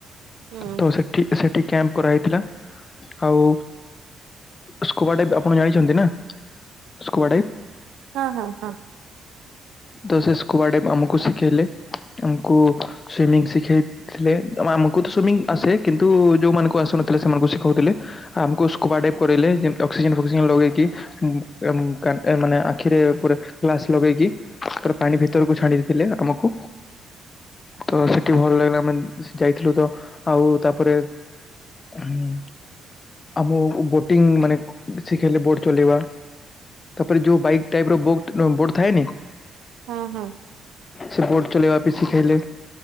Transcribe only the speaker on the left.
ତ ସେଠି ସେଠି କ୍ୟାମ୍ପ କରାହେଇଥିଲା ଆଉ ସ୍କୋବାଡାଇଭ ଆପଣ ଜାଣିଛନ୍ତି ନା ସ୍କୋବାଡ଼ାଇଭ?
ତ ସେ ସ୍କୋବାଡ଼ାଇଭ ଆମକୁ ଶିଖେଇଲେ। ଆମକୁ ସୁିମିଂ ଶିଖେଇ ଥିଲେ ଆମକୁ ତ ସୁମିଂ ଆସେ କିନ୍ତୁ ଯୋଉମାନଙ୍କୁ ଆସୁନଥିଲେ ସେମାନଙ୍କୁ ଶିଖାଉଥିଲେ। ଆମକୁ ସ୍କୁୋବା ଡାଇଭ କରାଇଲେ ଯେମତି ଅକ୍ସିଜେନ ଫକ୍ସିଜେନ ଲଗେଇକି। ଉଁ ଏ ଏ ମାନେ ଆଖିରେ ପୁରା ଗ୍ଲାସ ଲଗେଇକି ପୁରା ପାଣି ଭିତରକୁ ଛାଡିବେ। ଥିଲେ ଆମକୁ ତ ସେଠି ଭଲ ଲାଗିଲା, ଆମେ ସେ ଯାଇଥିଲୁ ତ। ଆଉ ତାପରେ ହୁଁ। ଆମ ବୋଟିଂ ମାନେ ଶିଖେଇଲେ ବୋଟ ଚଲେଇବା। ତାପରେ ଯୋଉ ବାଇକ୍ ଟାଇପର ଵୁକଥ ବୋଟ ଥାଏନି।
ସେ ବୋଟ୍ ଚଲେଇବା ବି ଶିଖେଇଲେ